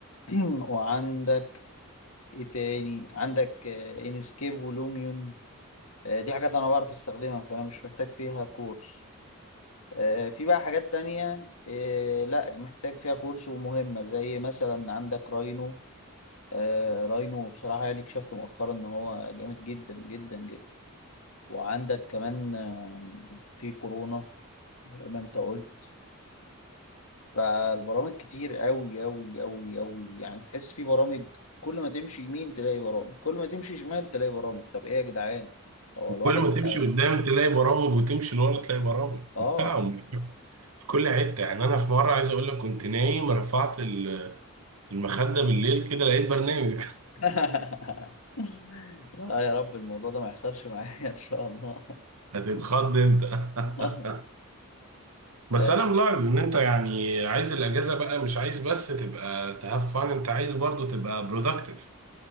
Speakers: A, on the left; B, on the right.
A: <clears throat> وعندك إيه تاني عندك آه، إنسكيب ولوميون آه، دي حاجات أنا بعرف أستخدمها فأنا مش محتاج فيها كورس آه، في بقى حاجات تانية آه، لا محتاج فيها كورس ومهمة زي مثلا عندك راينو آه، راينو بصراحة يعني اكتشفت مؤخرا ان هو جامد جدا جدا جدا وعندك كمان آم، في كورونا زي ما انت قلت فالبرامج كتير قوي قوي قوي قوي يعني تحس في برامج كل ما تمشي يمين تلاقي برامج كل ما تمشي شمال تلاقي برامج طب ايه يا جدعان هو الواحد
B: كل ما تمشي
A: اه
B: قدام تلاقي برامج وتمشي لورا تلاقي برامج
A: آه.
B: <laughs> في كل حتة يعني أنا في مرة عايز أقول لك كنت نايم رفعت ال- المخدة بالليل كده لقيت برنامج
A: <laughs> لا يا رب الموضوع ده ما يحصلش معايا ان شاء الله
B: <laughs> هتتخض أنت <laughs>
A: <laughs>
B: بس
A: آه،
B: أنا ملاحظ إن أنت يعني عايز الأجازة بقى مش عايز بس تبقى تهاف فان أنت عايز برضو تبقى برودكتيف